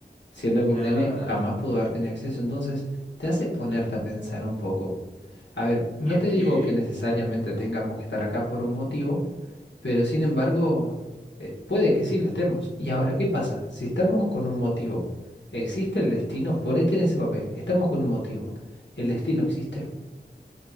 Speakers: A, on the left; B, on the left.
A: siendo que
B: Claro.
A: un nene jamás pudo haber tenido acceso. Entonces, te hace ponerte a pensar un poco. A ver, no
B: Y es
A: te
B: que
A: digo que necesariamente tengamos que estar acá por un motivo, pero sin embargo. Eh, puede que sí lo estemos. ¿Y ahora qué pasa? Si estamos con un motivo, ¿existe el destino? Ponete en ese papel. Estamos con un motivo. ¿El destino existe?